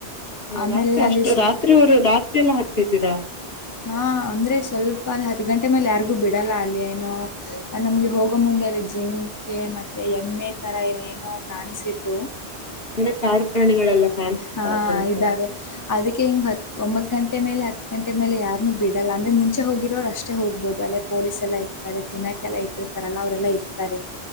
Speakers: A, on the left; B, on the left.
A: ಆಮೇಲೆ
B: ರಾತ್ರಿ
A: ಅಲ್ಲಿ
B: ಅಷ್ಟು
A: ಸ್
B: ರಾತ್ರಿವರು ರಾತ್ರಿ ಎಲ್ಲಾ ಹಾತ್ತಿದ್ದೀರಾ
A: ಹಾ ಅಂದ್ರೆ ಸ್ವಲ್ಪ ಒಂದ್ ಹದ ಗಂಟೆ ಮೇಲೆ ಯಾರಿಗೂ ಬಿಡಲ್ಲ ಅಲ್ಲಿ ಏನೋ ನಮ್ಗೆ ಹೋಗೋ ಮುಂದೆಲ್ಲಿ ಜಿಮ್ಗೆ ಮತ್ತೆ ಎಮ್ಮೆ ತರ ಏನೇನೋ ಕಾಣಸತ್ತು
B: ಅಂದ್ರೆ ಕಾಡು ಪ್ರಾಣಿಗಳೆಲ್ಲಾ ಕಾಣಸುತ್ತಾ
A: ಹಾ
B: ಸ್ವಲ್ಪ
A: ಇದ್ದಾವೆ ಅದಕ್ಕೆ ಹಿಂಗೆ ಹತ್ತು ಒಂಬತ್ತು ಗಂಟೆ ಮೇಲೆ ಹತ್ತು ಗಂಟೆ ಮೇಲೆ ಯಾರು ಬಿಡಲ್ಲ ಅಂದರೆ ಮುಂಚೆ ಹೋಗಿರೋರು ಅಷ್ಟೇ ಹೋಗ್ಬೋದು ಅಲ್ಲೇ ಪೊಲೀಸೆಲ್ಲ ಇರ್ತಾರೆ ತಿನ್ನೋಕ್ಕೆೆಲ್ಲ ಇಟ್ಟಿರ್ತಾರಲ್ಲ ಅವರೆಲ್ಲ ಇರ್ತಾರೆ